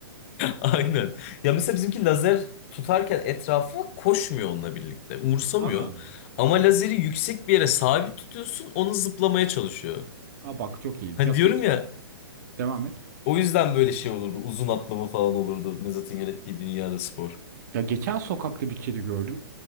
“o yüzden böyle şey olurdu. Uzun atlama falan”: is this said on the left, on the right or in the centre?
Left